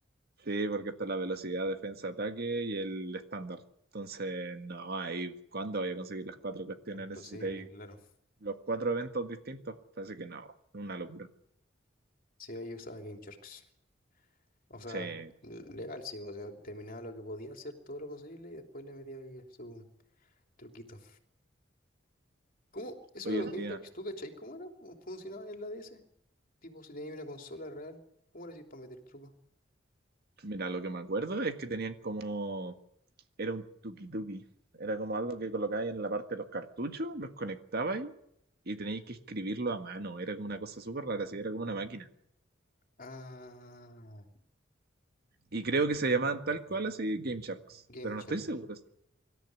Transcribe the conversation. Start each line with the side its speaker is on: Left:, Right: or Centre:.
Right: Sí, porque está la velocidad, defensa, ataque y el estándar. Entonces, no, ahí, ¿cuándo voy a conseguir las cuatro cuestiones?
Left: Imposible,
Right: Necesitáis
Left: claro.
Right: los cuatro eventos distintos. Así que no, una locura.
Left: Sí, ahí usaba Game Sharks. O sea,
Right: Sí,
Left: legal, sí, o sea, terminaba lo que podía hacer, todo lo posible, y después le metía ahí su truquito. ¿Cómo? Eso
Right: hoy
Left: de los
Right: en
Left: Game
Right: día.
Left: Sharks, ¿tú cachai cómo era? ¿Cómo funcionaba en la DS? Tipo, si tenías una consola real, ¿cómo le hacías para meter truco?
Right: Mira, lo que me acuerdo es que tenían como. Era un tuki-tuki. Era como algo que colocabais en la parte de los cartuchos, los conectabais y teníais que escribirlo a mano. Era como una cosa súper rara, así era como una máquina.
Left: Ah,
Right: Y creo que se llamaban tal cual así Game Sharks,
Left: Game
Right: pero no
Left: Shark.
Right: estoy seguro. sí.